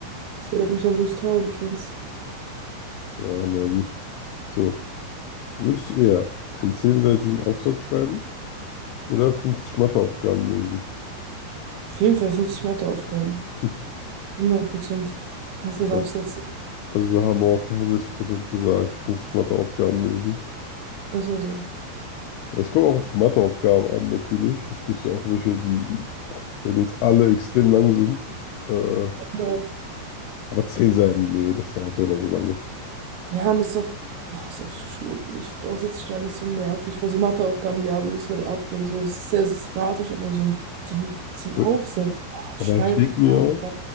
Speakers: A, on the right; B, on the left.
A: Das erinnert mich an Blues Tower Defense.
B: ja, naja, gut. So, würdest du eher einen zehnseitigen Aufsatz schreiben oder 50 Matheaufgaben lösen?
A: Auf jeden Fall 50 Matheaufgaben.
B: <laughs>
A: 100 Prozent. Ich hasse
B: Ja,
A: das Aufsätze. Ist
B: also da haben auch 65% gesagt, 50 Matheaufgaben lösen.
A: ja so.
B: Ja, es kommt auch auf die Matheaufgaben an, natürlich. Es gibt auch welche, die, wenn jetzt alle extrem lang sind, äh,
A: Mhm.
B: aber zehn Seiten, nee, das dauert so oder so lange.
A: Ja, und ist doch, boah, ist auch so schlimm. Ich finde Aufsätze schreiben ist so nervig, weil so Matheaufgaben, die arbeitest du halt ab und so. Es ist sehr systematisch, aber so ein, so ein, so ein
B: gut
A: Aufsatz, boah,
B: Aber
A: Schreibplan.
B: ich denke mir auch,
A: Da,